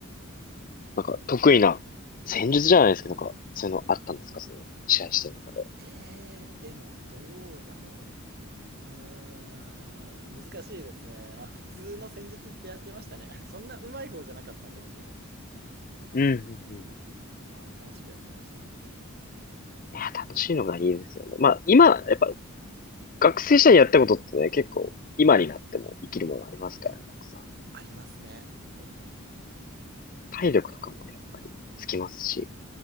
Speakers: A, on the left; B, on the right.
A: なんか、得意な戦術じゃないですけど、なんか、そういうのあったんですかその、試合してる中で。
B: えー、でもどうだろう。うーん、難しいですね。まあ普通の戦術ってやってましたね。<laughs> そんな上手い方じゃなかったんで別に。
A: うんうんうんい
B: まあ楽しくやってました。
A: や、楽しいのがいいですよね。まあ、今、やっぱ、学生時代にやったことってね、結構、今になっても生きるものありますからね、たくさん。
B: ありますね、本当に。
A: 体力とかもね、やっぱり、つきますし。